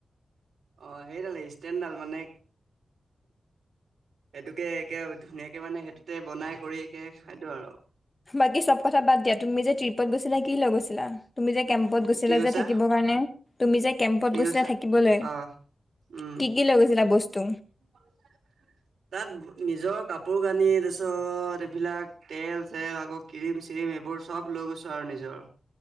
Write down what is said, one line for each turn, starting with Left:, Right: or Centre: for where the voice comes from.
Right: অ', সেইদালেই, ষ্টেনদাল মানে। সেইটোকে একে ধুনীয়াকে মানে সেইটোতে বনাই কৰি একে খাই দিও আৰু।
Left: বাকী চব কথা বাদ দিয়া, তুমি যে ট্ৰিপত গৈছিলা, কি লৈ গৈছিলা। তুমি যে কেম্পত গৈছিলা
Right: কি কৈছা?
Left: যে, থাকিবৰ কাৰণে। তুমি যে কেম্পত
Right: কি
Left: গৈছিলা
Right: কৈছা?
Left: থাকিবলৈ,
Right: অ' উম।
Left: কি কি লৈ গৈছিলা বস্তু।
Right: <inaudible> তাত নিজৰ কাপোৰ কানি, তাৰপিছত এইবিলাক তেল চেল আকৌ। ক্ৰীম চ্ৰীম এইবোৰ চব লৈ গৈছোঁ আৰু নিজৰ।